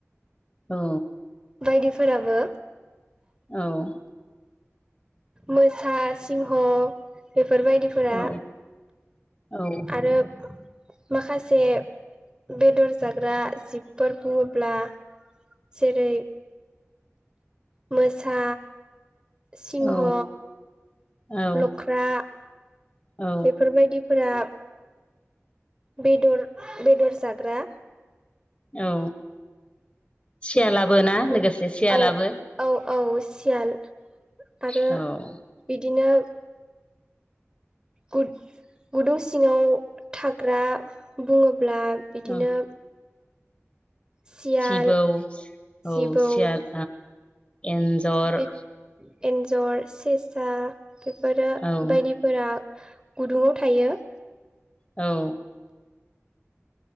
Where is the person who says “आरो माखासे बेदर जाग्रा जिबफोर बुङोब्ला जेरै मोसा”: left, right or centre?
Right